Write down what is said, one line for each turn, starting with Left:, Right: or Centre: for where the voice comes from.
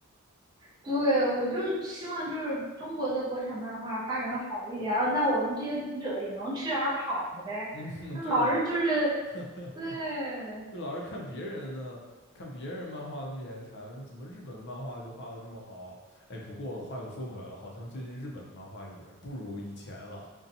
Right: 对，我就希望就是中国的国产漫画发展的好一点，啊那我们这些读者也能吃点儿好的呗。
Left: 嗯，<laughs>
Right: 那老是就是
Left: 对啊，<laughs>
Right: 对，
Left: 就老是看别人的，看别人漫画那么眼馋，怎么日本的漫画就画的这么好？哎，不过话又说回来了，好像最近日本的漫画也不如以前了。